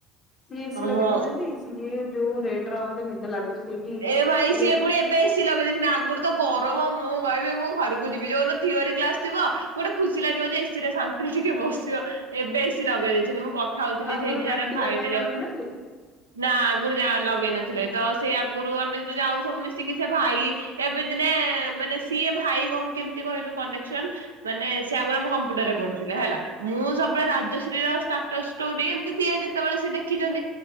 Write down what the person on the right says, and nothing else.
ହଁ।
ଏ ଭାଇ
ସିଏ ପୁଣି ଏବେ ଖୁସି ଲଗେଇ ଦେଇେଇ ଆଗରୁ ତ ଗରମ ମୁଁ କହିବି ମୁଁ ଘରକୁ ଯିବି ଯୋଉ ଥିଓରିୀ କ୍ଲାସ ଥିବ ଗୋଟେ ଖୁସି ଲାଗିବ ଯେ ଏସିରେ ରେ ଟିକେ ବସିବ ଏବେ ବେଶି ଲଗେଇ ଦେଇେଇଛନ୍ତି ମୁଁ କ ଖାଉଥିଲି
ସେଇଠି
ଜଣେ ଭାଇଟେ
ଯାଉଥିଲା
ନା ଆଗରୁ ଲଗେଇନଥିଲଥିଲେ। ଥିଲେ ତ ସେ ଆମେ ଯଦି ଆଉ ସବୁ ମିଶିକି ସେ ଭାଇ ଏବେ ଦିନେ ମାନେ ସିଏ ଭାଇ କଣ କେମିତି କହିଲୁ କନେକ୍ସନ ମାନେ ସେ ଆଗରୁ ଆମ କମ୍ପ୍ୟୁଟର ରେ ପଢୁଥିଲେ ହେଲା। ମୁଁ
ସବୁବେଳେ ରାଜଶ୍ରୀ ର ସ୍ଟାଟସ ଷ୍ଟୋରି ଏମିତି ଦିଏ ଯେତେବେଳେ ସେ ଦେଖିଛନ୍ତି।